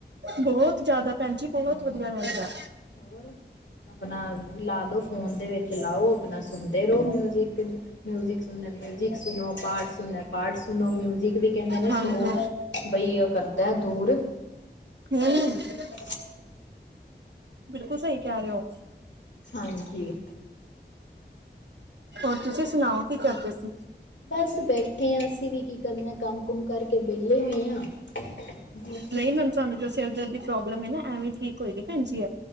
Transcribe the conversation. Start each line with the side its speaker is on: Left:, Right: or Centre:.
Right: ਬਹੁਤ, ਜਿਆਦਾ ਭੈਣ ਜੀ। ਬਹੁਤ
Left: ਹਾਂ,
Right: ਵਧੀਆ ਰਹਿੰਦਾ
Left: ਹੋਰ। ਆਪਣਾ, ਲਾ ਦੋ ਫੋਨ ਦੇ ਵਿੱਚ ਲਾਓ, ਆਪਣਾ ਸੁਣਦੇ ਰਹੋ ਮਿਊਜਿਕ- ਮਿਊਜਿਕ। ਸੁਣੋ ਮਿਊਜਿਕ ਸੁਣੋ, ਪਾਠ ਸੁਣਨਾ, ਪਾਠ ਸੁਣੋ, ਮਿਊਜਿਕ ਵੀ ਕਹਿੰਦੇ ਨੇ
Right: ਹਾਂਜੀ
Left: ਸੋ ਬਈ, ਯੇ ਕਰਤਾ ਹੈ, ਦੂਰ।
Right: <unintelligible>
Left: <unintelligible>
Right: ਬਿਲਕੁਲ ਸਹੀ, ਕਹਿ ਰਹੇ ਹੋ।
Left: ਹਾਂਜੀ।
Right: ਹੋਰ ਤੁਸੀਂ ਸੁਣਾਓ, ਕੀ ਕਰਦੇ ਸੀ?
Left: ਬਸ ਬੈਠੇ ਹਾਂ, ਅਸੀਂ ਵੀ ਕੀ ਕਰਨਾ, ਕੰਮ ਕੁਮ ਕਰਕੇ ਵਿਹਲੇ ਹੋਏ ਹਾਂ। ਬਸ
Right: ਨਹੀਂ, ਮੈਨੂੰ, ਤੁਹਾਨੂੰ ਜੋ ਸਿਰ ਦਰਦ ਦੀ ਪ੍ਰੋਬਲਮ ਹੈ ਨਾ, ਐਵੇ ਈ, ਠੀਕ ਹੋਏਗੀ ਭੈਣ ਜੀ।